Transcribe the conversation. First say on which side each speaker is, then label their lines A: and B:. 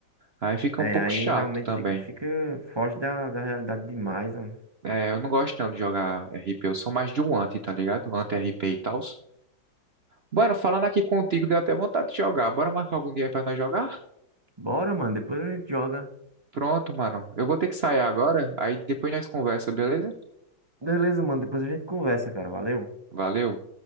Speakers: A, on the right; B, on the right.
A: aí fica
B: É,
A: um pouco
B: aí
A: chato
B: realmente
A: também.
B: fica, fica foge da, da realidade demais, mano.
A: É, eu não gosto não de jogar RP, eu sou mais do anti, tá ligado? Anti-RP e tal. Mano, falando aqui contigo, deu até vontade de jogar. Bora marcar algum dia aí pra nós jogar?
B: Bora, mano, depois a gente joga.
A: Pronto, mano. Eu vou ter que sair agora, aí depois nós conversa, beleza?
B: Beleza, mano, depois a gente conversa, cara. Valeu.
A: Valeu.